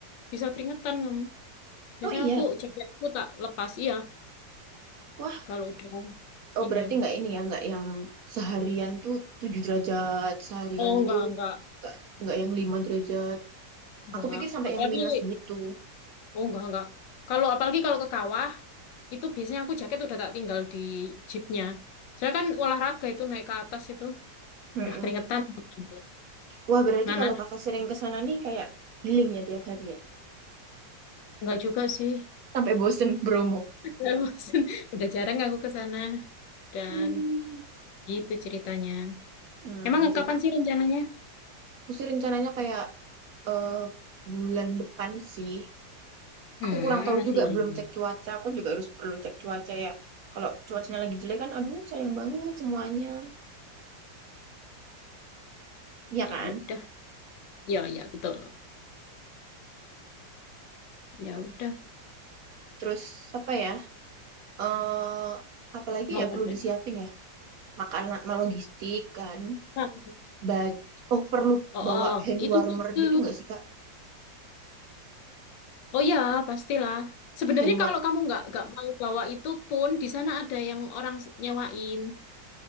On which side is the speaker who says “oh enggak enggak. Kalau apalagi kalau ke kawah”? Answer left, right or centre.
Left